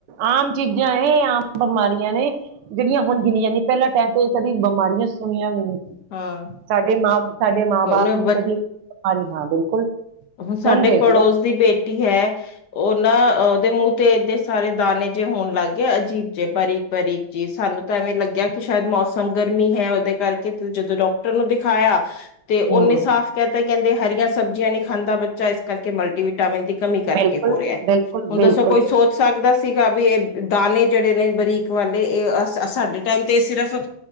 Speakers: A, on the right; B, on the left.
A: ਆਮ ਚੀਜ਼ਾਂ ਹੈ। ਆਮ ਬਿਮਾਰੀਆਂ ਨੇ, ਜਿਹੜੀਆਂ ਹੁਣ ਗਿਨੀਆਂ ਨੀ ਜਾਂਦੀ ਪਹਿਲਾਂ ਟਾਈਮ ਤੇ ਇਹ ਕਦੀ ਬਿਮਾਰ- ਸੁਣੀਆਂ ਵੀ ਨਹੀਂ ਸੀ।
B: ਹਾਂ
A: ਸਾਡੇ ਮਾਂ, ਸਾਡੇ ਮਾਂ-
B: ਹੁਣ
A: ਬਾਪ ਨੇ ਕਦੀ ਹਾਂਜੀ, ਹਾਂ। ਬਿਲਕੁਲ।
B: ਹ ਸਾਡੇ
A: ਹੁਣ ਦੇਖ
B: ਪੜੋਸ
A: ਲੋ
B: ਦੀ ਬੇਟੀ ਹੈ। ਉਹਨਾਂ ਉਹਦੇ ਮੁ ਤੇ ਏਦੇ ਸਾਰੇ ਦਾਣੇ ਜੇ ਹੋਣ ਲੱਗ ਗਏ ਅਜੀਬ ਜੇ ਬਾਰੀਕ ਬਾਰੀਕ ਜੀ ਸਾਨੂੰ ਤਾਂ ਐਵੇਂ ਲੱਗਿਆ ਕਿ ਸ਼ਾਇਦ, ਮੌਸਮ ਗਰਮੀ ਹੈ ਉਹਦੇ ਕਰਕੇ ਜਦੋਂ ਡਾਕਟਰ ਨੂੰ ਦਿਖਾਇਆ। ਤੇ ਉਹਨੇ
A: ਹੂੰ
B: ਸਾਫ਼ ਕਹਿ ਤੇ ਕਹਿੰਦੇ ਹਰੀਆਂ ਸਬਜ਼ੀਆਂ ਨੀ ਖਾਂਦਾ ਬੱਚਾ ਇਸ ਕਰਕੇ ਮਲਟੀਵਟਾਮਿਨ ਦੀ, ਕਮੀ ਕਰਕੇ
A: ਬਿਲਕੁਲ
B: ਹੋ ਰਿਹਾ
A: ਬਿਲਕੁਲ
B: ਹੁਣ
A: ਬਿਲਕੁਲ
B: ਦੱਸੋ ਕੋਈ
A: ਬਿਲਕੁਲ,
B: ਸੋਚ ਸਕਦਾ ਸੀ। ਸੀਗਾ ਵੀ ਇਹ ਦਾਣੇੇ ਜਿਹੜੇ ਨੇ ਬਰੀਕ ਵਾਲੇ ਇਹ ਅ ਸਾਡੇ ਟਾਈਮ ਤੇ ਸਿਰਫ ਅ